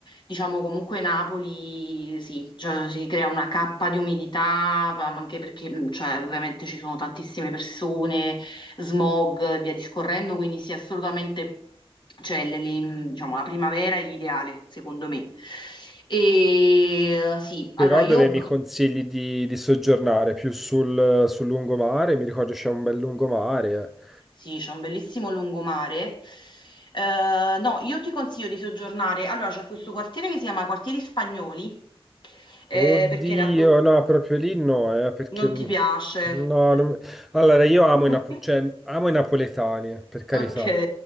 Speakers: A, on the left (about 50°); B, in the centre.
A: diciamo comunque Napoli sì, cioè, si crea una cappa di umidità, ma anche perché mm, cioè, ovviamente ci sono tantissime persone, smog e via discorrendo, quindi sì assolutamente cioè, le- le- diciamo, la primavera è l'ideale secondo me. E eh, sì,
B: Però
A: allora io...
B: dove mi consigli di, di soggiornare? Più sul, sul lungomare? Mi ricordo c'è un bel lungomare. eh.
A: Sì, c'è un bellissimo lungomare. Eh, no, io ti consiglio di soggiornare. Allora, c'è questo quartiere che si chiama Quartieri Spagnoli, eh,
B: Oddio,
A: perché era do-
B: no, proprio lì no, eh, perché
A: non
B: no,
A: ti piace.
B: non- allora io amo i,
A: <laughs>
B: napo- cioè, amo i napoletani, eh, per carità,
A: Ok.